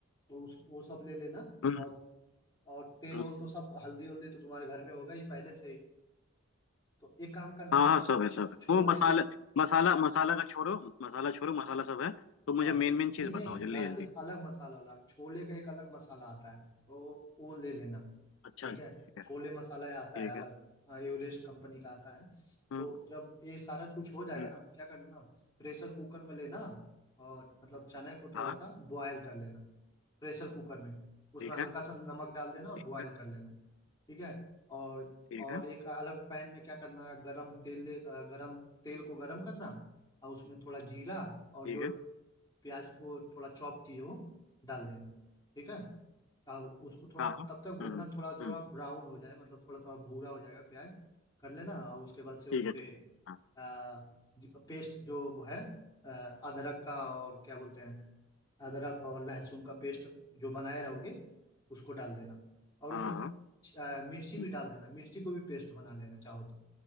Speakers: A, on the left; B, on the left.
A: तो उस वो सब ले लेना
B: हम्म हम्म
A: और और तेल
B: हम्म।
A: ओल तो सब हल्दी वल्दी तो तुम्हारे घर में होगा ही पहले से ही तो एक काम करना
B: हाँ
A: ना
B: हाँ सब
A: छो,
B: है सब
A: छो,
B: है
A: छोले
B: वो मसाला
A: के
B: मसाला
A: छो,
B: मसाला का छोड़ो मसाला छोड़ो मसाला सब है तो मुझे
A: हाँ
B: मेन मेन चीज
A: नहीं नहीं
B: बताओ जल्दी
A: घर
B: जल्दी
A: पे अलग मसाला वाला छोले का एक अलग मसाला आता है तो वो ले लेना
B: अच्छा
A: ठीक
B: ठीक
A: है
B: है
A: छोले मसाला आता
B: ठीक
A: है अलग
B: है
A: हाँ, एवरेस्ट कंपनी का आता है
B: हम्म
A: तो जब ये सारा कुछ हो जाएगा
B: हम्म
A: ना तो क्या करना प्रेशर कुकर में लेना और मतलब चने को थोड़ा
B: हाँ
A: सा बॉयल कर लेना प्रेशर कुकर में उसमें
B: ठीक
A: हल्का
B: है
A: सा नमक डाल देना और
B: ठीक
A: बॉयल
B: है
A: कर लेना ठीक है और
B: ठीक
A: और
B: है
A: एक अलग पैन में क्या करना है गरम तेल ले- अ, गरम तेल को गरम करना और उसमें थोड़ा जीरा और
B: ठीक
A: जो
B: है
A: प्याज को थोड़ा चॉप किए हो डाल देना ठीक है अब उसको थोड़ा
B: हाँ हाँ
A: तब तक भूनना
B: हम्म हम्म
A: थोड़ा थोड़ा
B: हम्म,
A: ब्राउन हो जाए मतलब थोड़ा थोड़ा भूरा हो जाएगा प्याज कर लेना और उसके बाद से उस
B: ठीक है ठीक
A: पे
B: है, हाँ
A: आ, पेस्ट जो वो है आ, अदरक का और क्या बोलते हैं अदरक और लहसुन का पेस्ट जो बनाए रहोगे उसको डाल देना और
B: हाँ
A: उसमें
B: हाँ
A: आ, मिर्ची भी
B: हम्म।
A: डाल देना मिर्ची को भी पेस्ट बना लेना चाहो तो